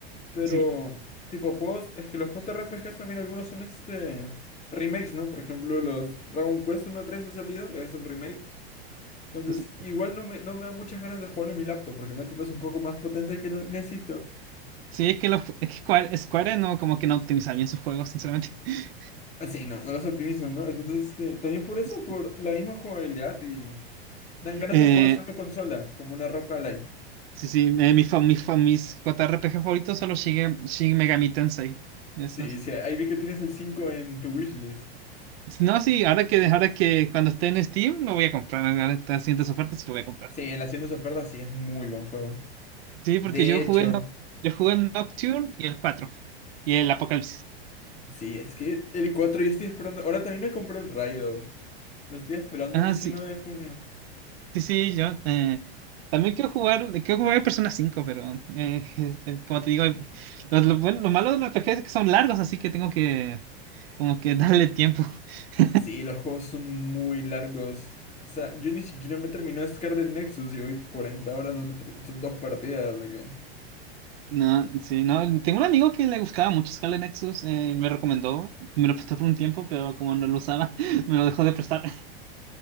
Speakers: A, on the left; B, on the right.
A: pero
B: Sí,
A: tipo juegos, es que los JRPGs también algunos son este remakes, ¿no? Por ejemplo, los Dragon Quest uno a 3 ha salido, es un remake. Entonces,
B: sí,
A: igual
B: sí.
A: no me, no me da muchas ganas de jugarlo en mi laptop, porque mi laptop es un poco más potente que lo necesito.
B: Sí, es que, lo, es que Square- Square no, como que no optimiza bien sus juegos, sinceramente. <laughs>
A: Así, no, no los optimizan, ¿no? Entonces, este, también por eso,
B: Sí.
A: por la misma jugabilidad y dan ganas
B: Eh,
A: de jugarlos en una consola, como una Rock Ally.
B: Sí, sí, eh, mi fa- mi fa- mis JRPG favoritos son los Shige- Shin Megami Tensei. Esos.
A: Sí, sí, ahí vi que tienes el 5 en tu wishlist.
B: No, sí, ahora que, ahora que cuando esté en Steam lo voy a comprar. Ahora está haciendo sus ofertas y lo voy a comprar.
A: Sí, en las tiendas de ofertas sí es muy buen juego.
B: Sí,
A: De
B: porque yo
A: hecho,
B: jugué el, Noc- yo jugué el Nocturne y el 4 y el Apocalipsis.
A: sí, es que el 4 yo estoy esperando. Ahora también me compré el Raido. Lo estoy esperando
B: Ah,
A: el 19
B: sí,
A: de junio.
B: sí, sí, yo eh, también quiero jugar, quiero jugar el Persona cinco pero eh, <laughs> es- como te digo, eh, lo, lo bueno- lo malo de los RPGs es que son largos, así que tengo que como que darle tiempo. <laughs>
A: Sí, los juegos son muy largos. O sea, yo ni siquiera me terminó Scarlet Nexus y voy 40 horas, no me ter- son dos partidas, así que...
B: No, sí, no. Tengo un amigo que le gustaba mucho Scarlet Nexus, eh, me recomendó, me lo prestó por un tiempo, pero como no lo usaba, <laughs> me lo dejó de prestar. <laughs>